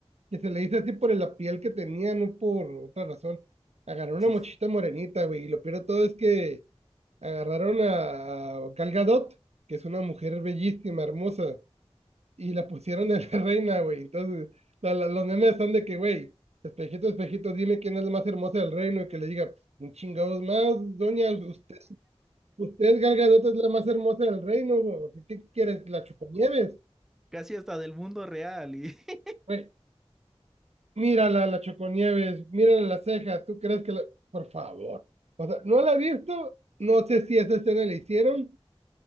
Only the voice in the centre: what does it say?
sí.
sí.
Casi hasta del mundo real. Y... <laughs>